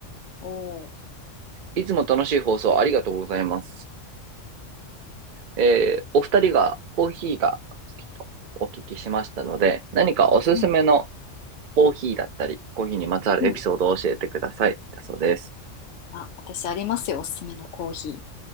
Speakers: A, on the left; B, on the right.
A: おー。
B: いつも楽しい放送ありがとうございます。えー、お二人がコーヒーが好きとお聞きしましたので、何かおすすめの
A: うん。
B: コーヒーだったり、コーヒーにまつわるエピソードを教えてください。
A: うん。
B: だそうです。
A: あ、私ありますよ。おすすめのコーヒー。